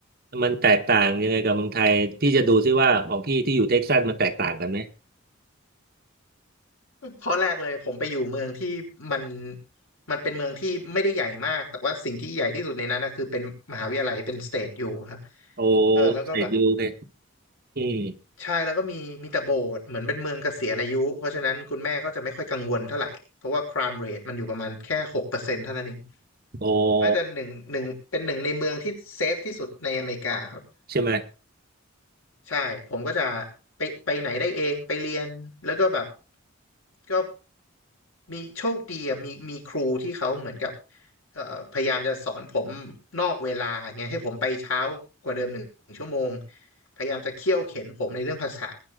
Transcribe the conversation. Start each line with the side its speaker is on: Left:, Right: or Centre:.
Right: มันแตกต่างยังไงกับเมืองไทยพี่จะดูที่ว่าของพี่ที่อยู่เท็กซัสมันแตกต่างกันไหม
Left: ข้อแรกเลยผมไปอยู่เมืองที่มันมันเป็นเมืองที่ไม่ได้ใหญ่มากแต่ว่าสิ่งที่ใหญ่ที่สุดในนั้นนะคือเป็นมหาวิทยาลัยเป็นสเตทอยู่ครับ
Right: โอ
Left: เออแล้วก็แบบ
Right: เสร็จดูเลยอืม
Left: ใช่แล้วก็มีมีแต่โบสถ์เหมือนเป็นเมืองเกษียณอายุเพราะฉะนั้นคุณแม่ก็จะไม่ค่อยกังวลเท่าไหร่เพราะว่า crime rate มันอยู่ประมาณแค่หกเปอร์เซ็นต์เท่านั้นเอง
Right: โอ
Left: น่าจะหนึ่งหนึ่งเป็นหนึ่งในเมืองที่เซฟที่สุดในอเมริกาครับ
Right: ใช่ไหม
Left: ใช่ ผมก็จะไปไปไหนได้เอง ไปเรียน แล้วก็แบบก็มีโชคดีอะมีมีครูที่เขาเหมือนกับเอ่อพยายามจะสอนผมนอกเวลาเงี้ยให้ผมไปเช้ากว่าเดิมหนึ่งชั่วโมง พยายามจะเคี่ยวเข็นผมในเรื่องภาษา